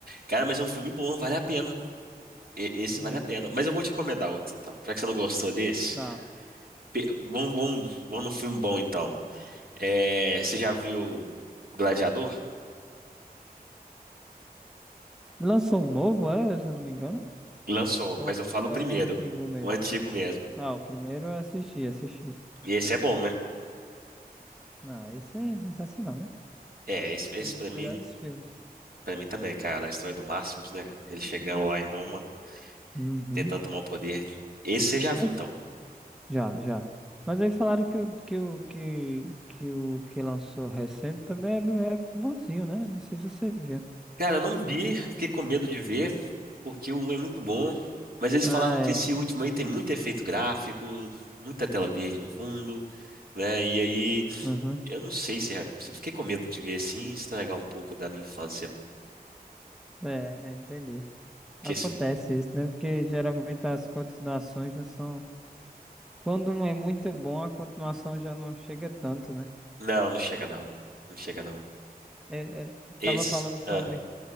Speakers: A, on the right; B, in the centre.
A: Cara, mas é um filme bom, vale a pena. E- Esse
B: Hum,
A: vale a pena. Mas eu vou te recomendar outro, então. Já que você não gostou desse,
B: tá.
A: pe- vamos, vamos, vamos no filme bom, então. É, você já viu Gladiador?
B: Lançou um novo, é? Se eu não me engano?
A: Lançou,
B: Ou
A: mas eu falo o
B: ou
A: primeiro.
B: é o antigo mesmo?
A: O antigo mesmo.
B: Ah, o primeiro eu assisti, assisti.
A: E esse é bom, né?
B: Ah, esse é sensacional, né?
A: É, esse, esse
B: Um dos
A: pra
B: melhores
A: mim.
B: filmes.
A: Pra mim também, cara, a história do Máximos, né? Ele chegando lá em Roma,
B: Uhum.
A: tentando tomar o poder. Esse você já viu,
B: Mas
A: então.
B: já, já. Mas aí falaram que o que o que, que o que lançou recente também é, bo- é bonzinho, né? Não sei se você viu.
A: Cara, eu não vi, fiquei com medo de ver, porque o 1 é muito bom. Mas eles
B: Ah,
A: falaram
B: é.
A: que esse último aí tem muito efeito gráfico, muita tela verde no fundo, né? E aí,
B: Uhum.
A: eu não sei se é. se- Fiquei com medo de ver assim, estragar um pouco da minha infância.
B: É, é, entendi.
A: Que
B: Acontece
A: esse... filme-
B: isso, né? Porque geralmente as continuações não são. Quando um é muito bom, a continuação já não chega tanto, né?
A: Não, não chega não. Não chega não.
B: É, é,
A: Esses.
B: tava falando sobre.
A: Ah,